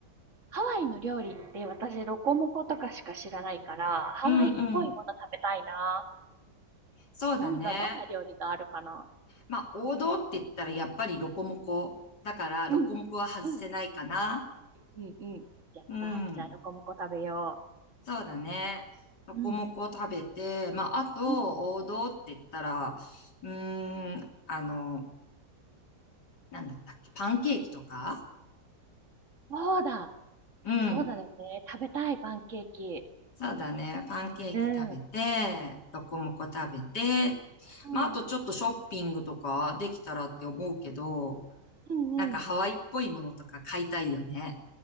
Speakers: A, on the right; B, on the left.
A: ハワイの料理って私、ロコモコとかしか知らないから、ハワイっぽいもの食べたいな。
B: うんうん。そうだね。
A: 何が、どんな料理があるかな。
B: まあ王道って言ったらやっぱりロコモコ。だからロコモコは外せないかな。
A: うん。うん。うん。うん。うん。やった。
B: うん。
A: じゃあ、ロコモコ食べよ
B: そうだね。ロコモコ食べて、
A: う。うん。
B: まああと王道って言ったら、
A: うん。
B: うーん、あの、なんだったっけ、パンケーキとか
A: そうだ。
B: うん。
A: そうだよね。食べたい、パンケーキ。
B: そうだね。パンケーキ食べて、
A: うん。う
B: ロコモコ食べて、
A: ん。
B: まあ、あとちょっとショッピングとかできたらって思うけど、
A: うんうん。
B: なんかハワイっぽいものとか買いたいよね。